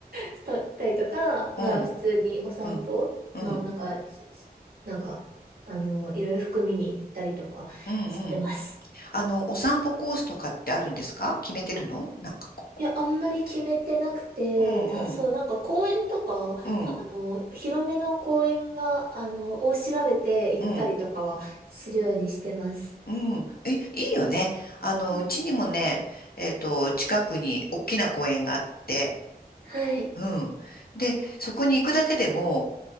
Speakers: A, on the right; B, on the left.
A: したったりとか、
B: うん、
A: まあ普通にお散歩、
B: うん、
A: まあなんか、
B: う
A: ししなんか、あの、いろいろ服見に行ったりとかしてます。
B: ん、うん。あの、お散歩コースとかってあるんですか決めてるのなんか、ここ。
A: いや、あんまり決めてなくて、
B: うんうん、
A: た、そう、なんか公園とか、
B: うん、
A: あの、広めの公園が、あの、を調べて行ったりとかはするようにしてます。
B: うん、うん。え、いいよね。
A: そうん
B: あの、
A: うん
B: うちにもね、えっと、近くに大きな公園があって、
A: はい。
B: うん。で、そこに行くだけでも、